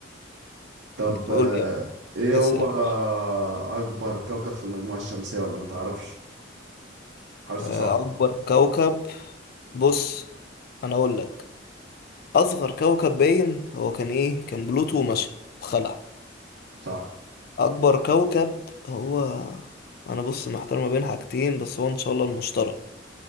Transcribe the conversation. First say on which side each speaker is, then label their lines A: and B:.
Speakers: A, on the right; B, on the left.
A: طب
B: قول
A: آه،
B: لي
A: ايه
B: يا
A: هو
B: سلام
A: آه، اكبر كوكب في المجموعة الشمسية ولا متعرفش حاسه
B: آه،
A: صح
B: اكبر كوكب بص انا اقول لك اصغر كوكب باين هو كان ايه كان بلوتو ومشى وخلع
A: صح
B: اكبر كوكب هو انا بص محتار ما بين حاجتين بس هو ان شاء الله المشتري